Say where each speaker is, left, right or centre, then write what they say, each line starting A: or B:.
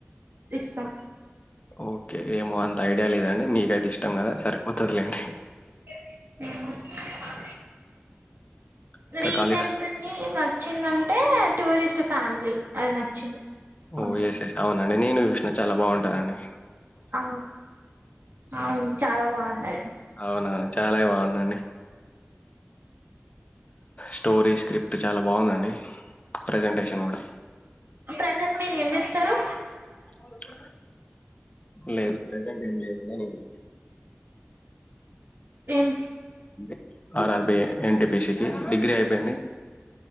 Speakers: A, on the right; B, on the left.
A: ఇష్టం
B: ఓకే ఏమో అంత ఐడియా లేదండి మీకైతే ఇష్టం కదా సరిపోతుదిలేండి
A: అ
B: ఇంకా
A: రీసెంట్
B: ఖాళీ టైం
A: ని నచ్చిందంటే టూరిస్ట్ ఫ్యామిలీ అది నచ్చింది
B: ఓ
A: కొంచెం
B: ఎస్ ఎస్ అవునండి నేను చాలా బాగుంటాదాండి
A: అ అవును చాలా బాగుండది
B: అవున చాలా బాగుందండి స్టోరీ స్క్రిప్ట్ చాలా బాగుందండి ప్రెజెంటేషన్ కూడా
A: ప్రజెంట్ మీరు ఏం చేస్తారు
B: అవు లేదు ప్రెజెంట్ ఏం లేదు
A: ఏం
B: <inaudible> ఆర్ఆర్బి ఎన్టీపిసికి డిగ్రీ అయిపోయింది